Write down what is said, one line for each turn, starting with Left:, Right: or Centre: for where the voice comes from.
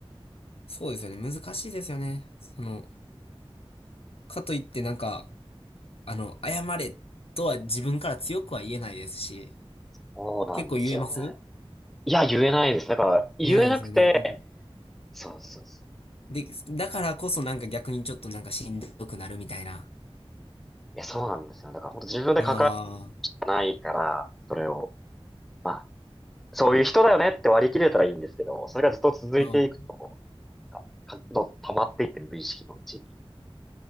Left: そうですよね。難しいですよね。その、かといってなんか、あの、謝れとは自分から強くは言えないですし、
Centre: そうなんですよね。
Left: 結構言えます
Centre: いや、言えないです。だから、言えなくて、
Left: 言えないですよね。なんか、
Centre: そうそうそう。
Left: で、だからこそなんか逆にちょっとなんかしんどくなるみたいな。
Centre: いや、そうなんですよ。だから、本当自分で関わ
Left: あ
Centre: らないから、それを、まあ、そういう人だよねって割り切れたらいいんですけど、それがずっと続いていくと、
Left: あ、うん。
Centre: なんか、かどんどん溜まっていって無意識のうちに。